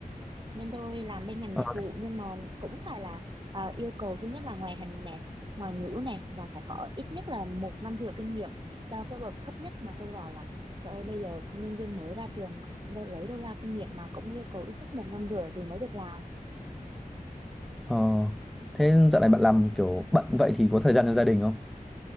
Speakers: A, on the right; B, in the centre.
A: bên tôi làm bên ngành
B: Ờ,
A: dịch vụ nhưng mà cũng phải là à, yêu cầu thứ nhất là ngoại hình nè ngoại ngữ nè và phải có ít nhất là một năm rưỡi kinh nghiệm cho cái bậc thấp nhất mà tôi vào là trời ơi bây giờ nhân viên mới ra trường lấy đâu ra kinh nghiệm mà cũng yêu cầu ít nhất một năm rưỡi thì mới được làm
B: ờ, thế dạo này bạn làm kiểu bận vậy thì có thời gian cho gia đình không?